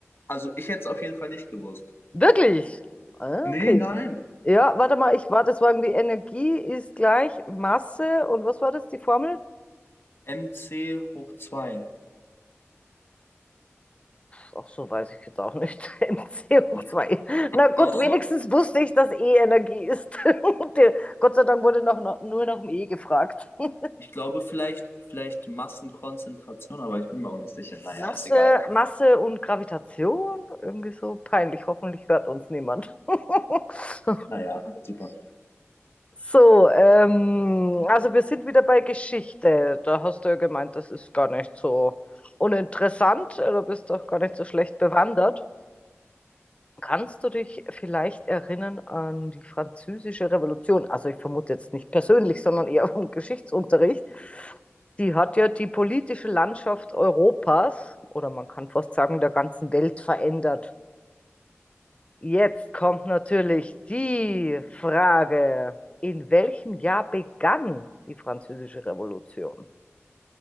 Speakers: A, on the left; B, on the left.
A: also ich hätte es auf jeden Fall nicht gewusst.
B: Wirklich? Ah,
A: Nee,
B: Okay.
A: nein.
B: Ja, warte mal, ich war, das war irgendwie Energie ist gleich Masse und was war das, die Formel?
A: MC hoch 2.
B: Auch so, weiß ich jetzt auch nicht. <laughs> M C hoch
A: Ich
B: zwei. Na gut,
A: glaube,
B: wenigstens wusste ich, dass E Energie ist. <laughs> der- Gott sei Dank wurde noch, noch, nur nach dem E gefragt. <laughs>
A: ich glaube vielleicht, vielleicht Massenkonzentration, aber ich bin mir auch nicht sicher. Naja,
B: Masse,
A: ist egal.
B: Masse und Gravitation? Irgendwie so peinlich. Hoffentlich hört uns niemand. <laughs>
A: Naja, super.
B: So, ähm, also wir sind wieder bei Geschichte. Da hast du ja gemeint, das ist gar nicht so uninteressant. Du bist doch gar nicht so schlecht bewandert. Kannst du dich vielleicht erinnern an die Französische Revolution? Also ich vermute jetzt nicht persönlich, sondern eher vom Geschichtsunterricht. Die hat ja die politische Landschaft Europas oder man kann fast sagen der ganzen Welt verändert. Jetzt kommt natürlich die Frage, in welchem Jahr begann die Französische Revolution?